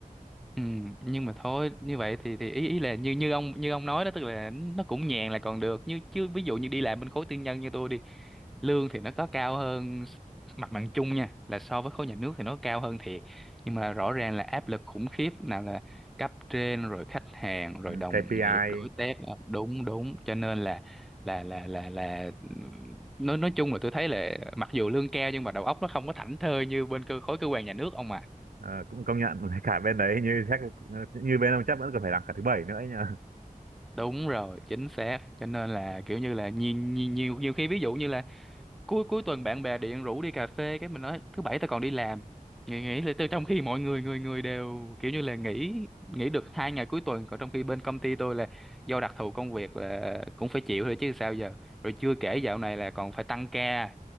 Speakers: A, in the centre; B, on the right.
A: ừ nhưng mà thôi như vậy thì thì ý ý là như như ông như ông nói đó tức là nó cũng nhàn là còn được như chứ ví dụ như đi làm bên khối tư nhân như tôi đi lương thì nó có cao hơn mặt bằng chung nha là so với khối nhà nước thì nó cao hơn thiệt nhưng mà rõ ràng là áp lực khủng khiếp nào là cấp trên rồi khách hàng rồi
B: ừ,
A: đồng
B: KPI
A: nghiệp đối tác Ờ, đúng đúng cho nên là là là là là nói nói chung là tôi thấy là mặc dù lương cao nhưng mà đầu óc nó không có thảnh thơi như bên cơ khối cơ quan nhà nước ông à
B: ờ, cũng công nhận <laughs> cả bên đấy như chắc như bên ông chắc vẫn còn phải làm cả thứ bảy nữa ấy nhờ
A: đúng rồi chính xác cho nên là kiểu như là nhiều nhiều nhiều nhiều khi ví dụ như là cuối cuối tuần bạn bè điện rủ đi cà phê cái mình nói thứ bảy tao còn đi làm nghỉ nghỉ là từ trong khi mọi người người người đều kiểu như là nghỉ nghỉ được hai ngày cuối tuần còn trong khi bên công ty tôi là do đặc thù công việc là cũng phải chịu thôi chứ sao giờ rồi chưa kể dạo này là còn phải tăng ca